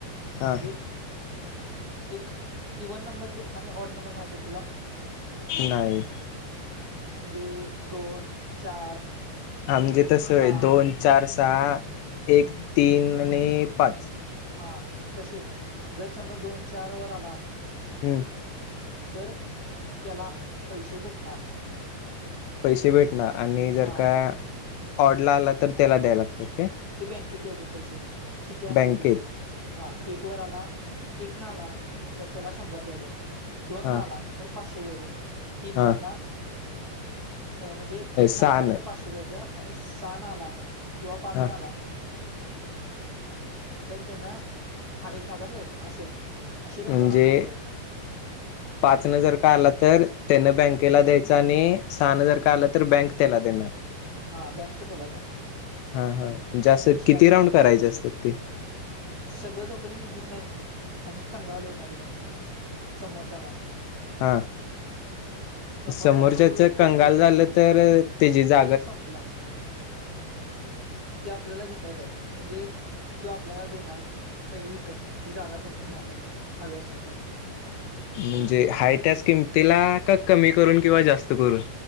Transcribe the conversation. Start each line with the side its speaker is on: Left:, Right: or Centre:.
Left: हा
Right: म्हणजे एक इव्हन नंबर किंवा आणि ऑड नंबर माहित आहेत तुला?
Left: नाही.
Right: म्हणजे दोन, चार
Left: आमजे तसय
Right: सहा
Left: दोन, चार, सहा, एक, तीन आणि पाच.
Right: हा तसे जर समज दोन चार वर आला.
Left: हम्म
Right: तर त्याला पैसे भेटणार
Left: पैसे भेटणार आणि जर
Right: हा
Left: का ऑडला आला तर तेला द्यायला लागतात काय
Right: ते बँकेत द्यायचे पैसे किती असतील
Left: बँकेत
Right: ते. हा एक वर आला एक ना आला तर त्याला शंभर द्यायचे. दोनं
Left: हां
Right: आला तर पाचशे द्यायचं तीनं
Left: हां
Right: आला म्हणजे तीनं
Left: सहा
Right: आला
Left: नाही
Right: तर पाचशे दयायचं आणि सहा आला किंवा पा प्रचनला
Left: हां
Right: तर त्यांना एक हजार द्यायचं असं. अशी रक्कम
Left: म्हणजे
Right: असते त्याच्यात
Left: पाच ने जर का आला तर त्यान. बँकेला द्यायच आणि सहाणे जर का आलं तर बँक त्याला देणार.
Right: हो बँक त्याला देणार.
Left: हा हा जास्त
Right: पैसे
Left: किती
Right: आलेय
Left: राऊंड
Right: पैसे
Left: करायचे
Right: गेले
Left: असतात ते
Right: सगळं जोपर्यंत घेत नाही. आणि कंगाल होत ना तोपर्यंत समोरच्याला.
Left: हा आ
Right: समोरचा
Left: समोरच्याच
Right: आता जो व्यक्ती
Left: कंगाल
Right: असतोय
Left: झालं तर तेजी जा
Right: ते संपला ते आपल्याला घेता येतात म्हणजे तो आपल्याला देणार पै विकत ही जागा तुम्ही घ्या म्हणून हवी असली तर.
Left: म्हणजे हाय त्याच किंमतीला का कमी करून किंवा जास्त करून.